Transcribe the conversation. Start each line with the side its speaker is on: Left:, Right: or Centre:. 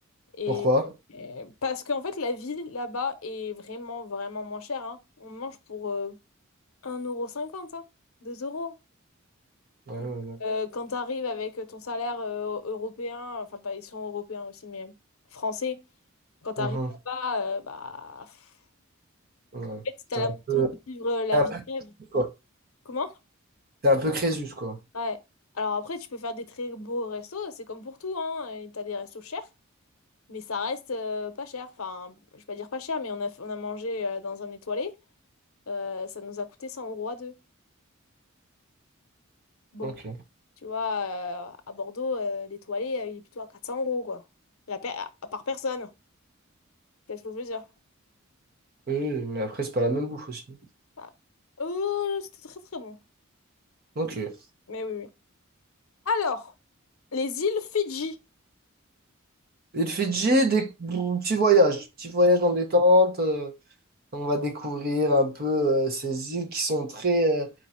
Left: Et,
Right: Pourquoi?
Left: et- parce qu'en fait, la vie là-bas est vraiment, vraiment moins chère, hein. On mange pour euh, 1,50€, hein, 2 euros.
Right: Ah ouais,
Left: Mm.
Right: d'accord.
Left: Euh, quand tu arrives avec ton salaire euh, européen, enfin, pas, ils sont européens aussi, mais euh, français, quand tu
Right: Mhm.
Left: arrives là-bas, euh, bah, pff,
Right: Ouais.
Left: en fait, t'as
Right: T'es
Left: l'impression
Right: un peu,
Left: de vivre euh, la
Right: t'es un
Left: vie
Right: peu,
Left: de rêve.
Right: quoi.
Left: Comment?
Right: T'es un peu Crésus, quoi.
Left: Ouais. Alors après, tu peux faire des très beaux restos, c'est comme pour tout, hein. et T'as des restos chers, mais ça reste euh, pas cher. Enfin, je vais pas dire pas cher, mais on a, on a mangé euh, dans un étoilé. Euh, ça nous a coûté 100 euros à deux. Bon,
Right: Ok. Oui,
Left: tu vois, euh, à Bordeaux, euh, l'étoilé, euh, il est plutôt à 400 euros, quoi. La per- à- par personne. Qu'est-ce que je veux dire?
Right: oui, mais après, c'est pas la même bouffe aussi.
Left: Ah. Euh, c'était très très bon.
Right: Ok. Et
Left: Mais oui, oui. Alors, les îles Fidji.
Right: le Fidji, des... petits voyages, Petit voyage en détente. euh, on va découvrir un peu euh, ces îles qui sont très, euh,